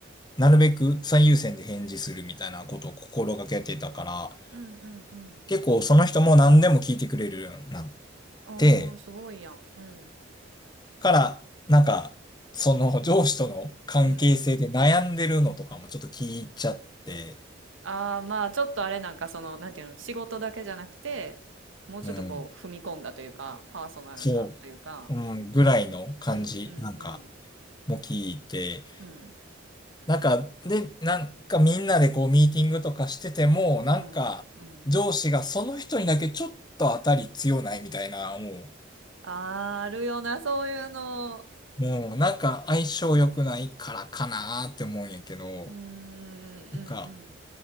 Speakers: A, on the left; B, on the right.
A: なるべく最優先で返事するみたいなことを心がけてたから、
B: うんうんうん。
A: 結構その人も何でも聞いてくれるようになっ
B: おー、
A: て、
B: すごいやん。うん
A: から、なんか、その上司との関係性で悩んでるのとかもちょっと聞いちゃって、
B: うんああ、まあ、ちょっとあれなんか、その、なんていうの、仕事だけじゃなくて、もうちょっとこう、
A: うん、
B: 踏み込んだというか、パーソナルなというか、
A: そう、うん、ぐらいの感じ、
B: うんうんうん、
A: なんか、も聞いて、
B: うん、
A: なんか、で、なんかみんなでこうミーティングとかしてても、なんか、
B: うん、うん。
A: 上司がその人にだけちょっと当たり強ないみたいな、もう、
B: あーあるよな、そういうの。
A: もうなんか相性良くないからかなーって思うんやけど、
B: うーん、うん、うん。
A: なんか、